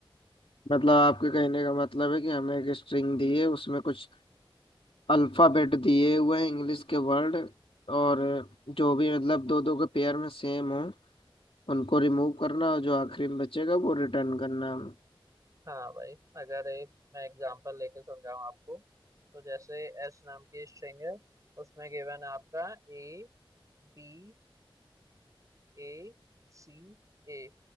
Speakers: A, on the left; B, on the right.
A: मतलब आपके कहने का मतलब है कि हमें एक स्ट्रिंग दी है उसमें कुछ अल्फाबेट दिए हुए हैं इंग्लिश के वर्ड और जो भी मतलब दो दो के पेयर में सेम हो उनको रिमूव करना और जो आखिरी में बचेगा वो रिटर्न करना हमें
B: हाँ भाई अगर एक मैं एग्जांपल लेके समझाऊँ आपको तो जैसे एस नाम की स्ट्रिंग है उसमें गिवन आपका A B A C A